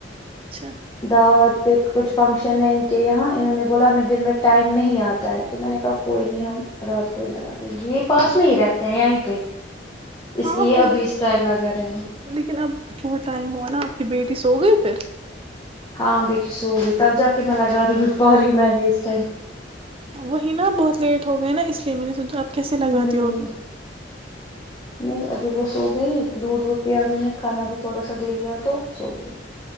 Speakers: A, on the right; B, on the left.
A: اچھا
B: دعوت پہ کچھ فنکشن ہے ان کے یہاں انہوں نے بولا ہمیں دن میں ٹائم نہیں آتا ہے تو میں نے کہا کوئی نہیں ہم رات کوئی لگا دیں گے یہ پاس میں ہی رہتے ہیں یہیں پہ اس
A: ہاں
B: لیے
A: وہ
B: ابھی
A: مجھے
B: اس ٹائم لگا رہے ہیں
A: لیکن اب بہت ٹائم ہوا نا آپ کی بیٹی ک سو گئی پھر
B: ہاں بیٹھی سو گئی تب جا کے میں لگا رہی ہوں پا رہی ہوں میں بھی اس ٹائم
A: وہی نا بہت لیٹ ہو گئے نا اس لیے میں نے سوچا آپ کیسے لگاتی
B: ہوں
A: ہو ابھی
B: نہیں ابھی وہ سو گئی دودھ وودھ پیا انہوں نے کھانا بھی تھوڑا سا دے دیا تو سو گئی